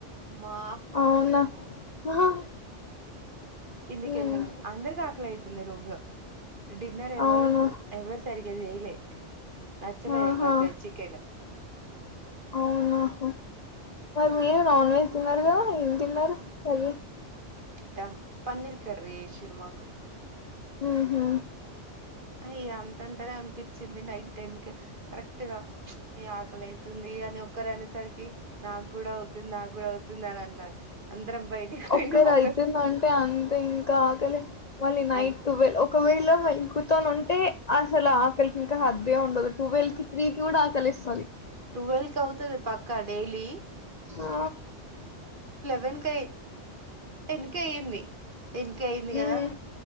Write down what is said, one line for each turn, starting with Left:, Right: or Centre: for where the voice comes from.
Right: మా
Left: అవునా ఆహా
Right: కిందికిళ్ళాము
Left: ఉమ్
Right: అందరికికలాయితు. ది రూమ్ లో డిన్నర్ ఎవరు
Left: అవును
Right: ఎవరు సరి డైలీ నచ్చలే
Left: ఆహా
Right: ఎవరు క చికెను
Left: అవునాహో మీరు నాన్ వెజ్ తిన్నారు కదా ఏం తిన్నారు సర
Right: టమ్ పన్నికారు రే స సినిరుమాకు
Left: ఉమ్ హు
Right: అయ అంతంతానే అనిపించింది నైట్ టెన్ కి కరెక్ట్గా ఈ ఆకలి అతుంది అని ఒక్కరు అనే సరికి నాకు కూడా అవుతుంది నాకు కూడా అవుతుంది అని అన్నారు. అందరం బయటికి పోయినాం
Left: ఒక్కరు
Right: ఒక
Left: అవుతుందంటే అంతే ఇంకా ఆకలి మళ్ళీ నైట్
Right: అ
Left: టవల్ ఒకవేళ. వెళకుత ఉంటే అసలు ఆకలికి ఇంకా హద్దే ఉండదు టువెల్వ్ కి త్రీ కి కూడా ఆకలి ఇస్తుంది.
Right: ట్వెల్క్ అవుతుంది పక్కా డైలీ
Left: ఆ
Right: వెనకయ వెనక అయ్యింది. దీనికి అయింది కదా
Left: ఉమ్